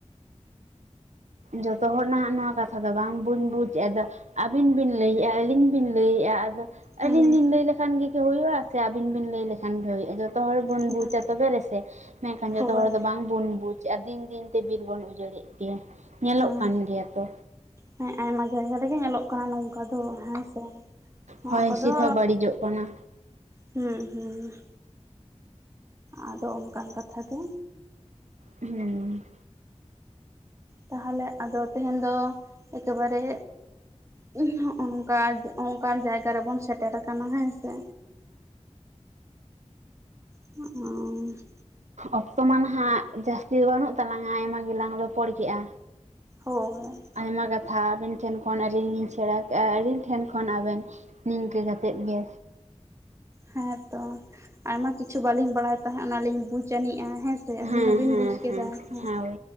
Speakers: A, on the right; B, on the right.
A: ᱡᱚᱛᱚ ᱦᱚᱲ ᱱᱟᱦᱟᱸᱜ ᱱᱚᱣᱟ ᱠᱟᱛᱷᱟ ᱫᱚ ᱵᱟᱝ ᱵᱩᱧ ᱵᱩᱡᱽ ᱮᱫᱟ ᱟᱫᱚ ᱟᱹᱵᱤᱱ ᱵᱤᱱ ᱞᱟᱹᱭᱮᱫᱼᱟ, ᱟᱹᱞᱤᱧ ᱵᱤᱱ ᱞᱟᱹᱭᱮᱫᱼᱟ, ᱟᱫᱚ
B: ᱦᱩᱸ
A: ᱟᱹᱞᱤᱧ ᱞᱤᱧ ᱞᱟᱹᱭ ᱞᱮᱠᱷᱟᱱ ᱜᱮ ᱠᱤ ᱦᱩᱭᱩᱜᱼᱟ, ᱥᱮ ᱟᱹᱵᱤᱱ ᱵᱤᱱ ᱞᱟᱹᱭ ᱞᱮᱠᱷᱟᱱ ᱜᱮ ᱦᱩᱭᱩᱜᱼᱟ, ᱡᱚᱛ ᱡᱚᱛᱚ ᱦᱚᱲ ᱵᱚᱱ
B: ᱦᱩᱸ
A: ᱵᱩᱡᱟ ᱛᱚᱵᱮ ᱨᱮᱥᱮ ᱢᱮᱱᱠᱷᱟᱱ
B: ᱦᱳᱭ
A: ᱡᱚᱛᱚ ᱦᱚᱲ ᱫᱚ ᱵᱟᱝᱵᱚᱱ ᱵᱩᱡᱽ ᱪᱮᱫ ᱫᱤᱱ ᱫᱤᱱ ᱛᱮ ᱵᱤᱨ ᱵᱚᱱ ᱩᱡᱟᱹᱲᱮᱫ ᱜᱮᱭᱟ, ᱧᱮᱞᱚᱜ
B: ᱦᱮᱸ
A: ᱠᱟᱱ ᱜᱮᱭᱟ ᱛᱚ᱾
B: ᱦᱮᱸ ᱟᱭᱢᱟ ᱡᱟᱭᱜᱟ ᱨᱮᱜᱮ ᱧᱮᱞᱚᱜ ᱠᱟᱱᱟ ᱱᱚᱝᱠᱟ ᱫᱚ ᱦᱮᱸ ᱥᱮ ᱱᱚᱣᱟ
A: ᱦᱚᱭ
B: ᱠᱚᱫᱚ
A: ᱦᱤᱸᱥᱤᱫ ᱦᱚᱸ ᱵᱟᱹᱲᱤᱡᱚᱜ ᱠᱟᱱᱟ
B: ᱦᱩᱸ ᱦᱩᱸ ᱟᱫᱚ ᱚᱱᱠᱟᱱ ᱠᱟᱛᱷᱟ ᱜᱮ
A: ᱦᱩᱸ
B: ᱛᱟᱦᱟᱞᱮ ᱟᱫᱚ ᱛᱮᱦᱮᱧ ᱫᱚ ᱮᱠᱮᱵᱟᱨᱮ‌ <unintelligible> ᱚᱱᱠᱟ ᱚᱱᱠᱟᱱ ᱡᱟᱭᱜᱟ ᱨᱮᱵᱚᱱ ᱥᱮᱴᱮᱨ ᱟᱠᱟᱱᱟ ᱦᱮᱸ ᱥᱮ᱾ ᱚ <unintelligible>
A: ᱚᱠᱛᱚ ᱢᱟ ᱱᱟᱦᱟᱸᱜ ᱡᱟᱹᱥᱛᱤ ᱫᱚ ᱵᱟᱹᱱᱩᱜ ᱛᱟᱞᱟᱝ-ᱟ ᱟᱭᱢᱟ ᱜᱮᱞᱟᱝ ᱨᱚᱯᱚᱲ ᱠᱮᱜᱼᱟ᱾
B: ᱦᱳᱭ
A: ᱟᱭᱢᱟ ᱠᱟᱛᱷᱟ ᱟᱵᱮᱱ ᱴᱷᱮᱱ ᱠᱷᱚᱱ ᱟᱹᱞᱤᱧ ᱞᱤᱧ ᱥᱮᱬᱟ ᱠᱮᱜᱼᱟ, ‌ ᱟᱹᱞᱤᱧ ᱴᱷᱮᱱ ᱠᱷᱚᱱ ᱟᱵᱮᱱ᱾ ᱱᱤᱝᱠᱟᱹ ᱠᱟᱛᱮᱫ ᱜᱮ
B: ᱦᱮᱸᱛᱚ ᱟᱭᱢᱟ ᱠᱤᱪᱷᱩ ᱵᱟᱹᱞᱤᱧ ᱵᱟᱲᱟᱭ ᱛᱟᱦᱮᱸᱜ ᱚᱱᱟᱞᱤᱧ ᱵᱩᱡᱽ ᱟᱹᱱᱤᱡᱼᱟ᱾ ᱦᱮᱸᱥᱮ ᱟᱵᱤᱱ
A: ᱦᱮᱸ
B: ᱦᱚᱸᱵᱤᱱ
A: ᱦᱮᱸ
B: ᱵᱩᱡᱽ
A: ᱦᱮᱸ
B: ᱠᱮᱫᱟ ᱦᱮᱸ᱾
A: ᱦᱳᱭ